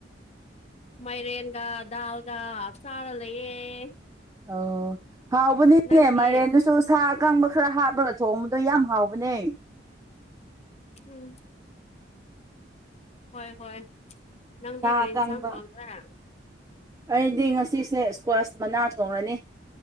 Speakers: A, on the left; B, on the right.
A: ꯃꯥꯏꯔꯦꯟꯒ ꯗꯥꯜꯒꯞ ꯆꯥꯔ ꯂꯩꯌꯦꯦ
B: ꯑꯣ ꯍꯥꯎꯕꯅꯤꯅꯦ
A: ꯅꯪꯗꯤ
B: ꯃꯥꯏꯔꯦꯟ ꯁꯨ ꯁꯥ ꯑꯀꯪꯕ ꯈꯔ ꯍꯥꯞꯄꯒ ꯊꯣꯡꯕꯗꯣ ꯌꯥꯝ ꯍꯥꯎꯕꯅꯦ
A: ꯎꯝ ꯍꯣꯏ ꯍꯣꯏ ꯅꯪꯗꯤ
B: ꯁꯥ
A: ꯀꯔꯤ
B: ꯑꯀꯪꯕ
A: ꯌꯦꯟꯁꯥꯡ ꯊꯣꯡꯗ꯭ꯔꯥ
B: ꯑꯩꯗꯤ ꯉꯁꯤꯁꯦ ꯏꯁꯀ꯭ꯋꯥꯁ ꯃꯅꯥ ꯊꯣꯡꯉꯅꯤ